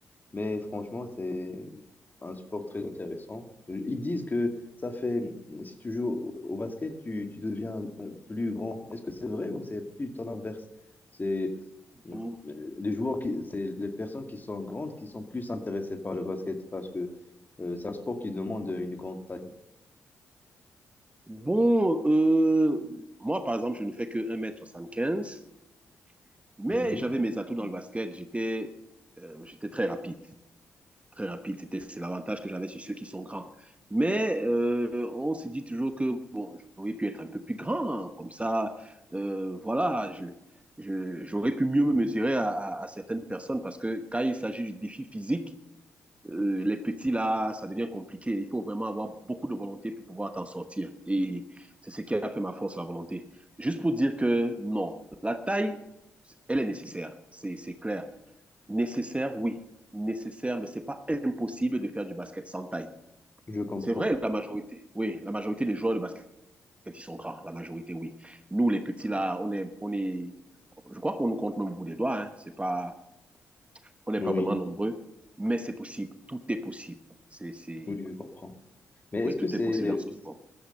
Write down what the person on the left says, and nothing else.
Mais franchement, c'est un sport très intéressant. Euh, Ils disent que ça fait, si tu joues au au basket, tu, tu deviens euh, plus grand. Est-ce que c'est vrai ou c'est plutôt l'inverse? C'est euh,
les joueurs qui, c'est les personnes qui sont grandes qui sont plus intéressées par le basket parce que euh, c'est un sport qui demande une grande taille.
Mhm.
Je comprends.
Oui,
oui, je comprends. Mais
est-ce que
c'est